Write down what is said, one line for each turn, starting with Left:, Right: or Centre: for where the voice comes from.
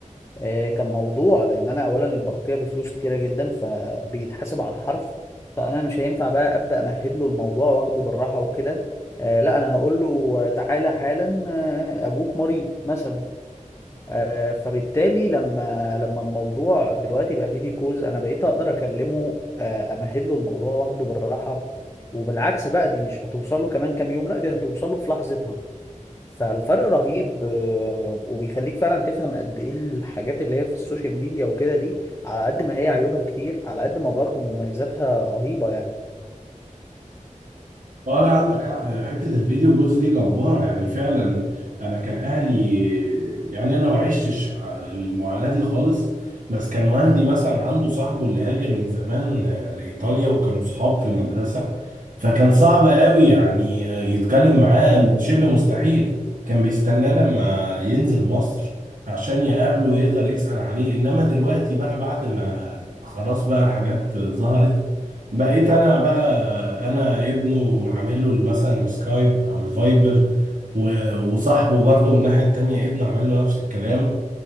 Left: آه، كان موضوع لان انا اولا البرقيه بفلوس كتيره جدا فبيتحاسب على الحرف فانا مش هينفع بقى ابدا امهد له الموضوع واخده بالراحه وكده آه، لا انا هقول له آه، تعالى حالا آه، ابوك مريض مثلا آه، فبالتالي لما لما الموضوع دلوقتي بقى فيديو كولز انا بقيت اقدر اكلمه آه، امهد له الموضوع واخده بالراحه وبالعكس بقى دي مش هتوصل له كمان كام يوم لا دي هتوصل له في لحظتها فالفرق رهيب آه، وبيخليك فعلا تفهم قد ايه الحاجات اللي هي في السوشيال ميديا وكده دي على قد ما هي عيوبها كتير على قد ما برضه مميزاتها رهيبة يعني
Right: اه لا عندك حق حته الفيديو جولز دي جباره يعني فعلا انا كان اهلي يعني انا ما عشتش المعاناه دي خالص بس كان والدي مثلا عنده صاحبه اللي هاجر من زمان آه، لايطاليا وكانوا صحاب في المدرسه فكان صعب قوي يعني آه، يتكلم معاه م- شبه مستحيل كان بيستناه لما ينزل مصر عشان يقابله ويقدر يسأل عليه انما دلوقتي بقى بعد ما خلاص بقى الحاجات ظهرت بقيت انا بقى انا ابنه معامل له مثلا السكايب او الفايبر و- وصاحبه برضه من الناحيه التانيه ابنه عمل له نفس الكلام